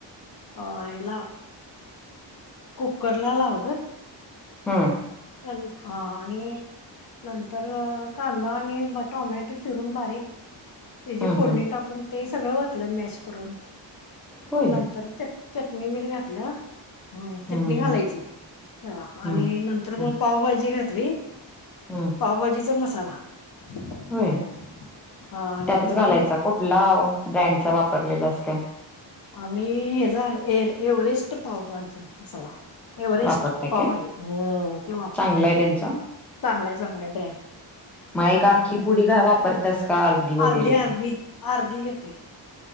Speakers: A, on the left (about 50°); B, in the centre.
A: याला- कुकर ला लावल -
B: हम्म.
A: हा आणि- नंतर कांदा आणि टोमॅटो चिरून बारीक- हे जे
B: हम्म
A: फोडणी
B: हम्म
A: टाकून ते सगळं वतलं मॅश करून.
B: होय
A: नंतर ते - चटणी मीठ घातलं. ह
B: हम्म
A: चटणी घालायची
B: हम्म
A: हं
B: हम्म
A: आणि - तर मग पावभाजी घातली
B: हम्म
A: पावभाजीचा मसाला हम्म
B: होय
A: हा आणि
B: त्यातच घालायचा कुठला हो. ब्रँडचा वापरलेलास काय?
A: आम्ही हेजा एर एव्हरेस्ट पाव पाहिजे मसाला. एव्हरेस्ट
B: वापरताय
A: पावभाजी
B: काय
A: ते वापरतो
B: चांगला आहे त्यांचा
A: चांगल्या चांगल्या ब्रँड
B: मग एक
A: आणि
B: आख्खी पुडी का वापरतास का वगैरे
A: अर्धी
B: काय
A: अर्धी अर्धी घेतोय. <unintelligible>